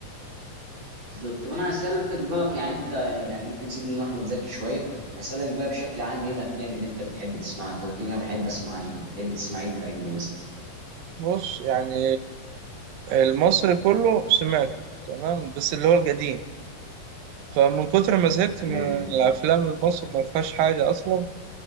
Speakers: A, on the right (about 55°); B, on the right (about 80°).
A: بالظبط طب انا هسألك بقى يعني انت يعني ممكن نسيب من احمد زكي شويه هسألك بقى بشكل عام ايه الافلام اللي انت بتحب تسمعها انت قلت لي انا بحب اسمع اجنبي بتحب تسمع ايه في الاجنبي مثلا
B: بص يعني المصري كله سمعته تمام بس اللي هو القديم فمن كتر ما زهقت
A: تمام
B: من الأفلام المصري ما فيهاش حاجة أصلا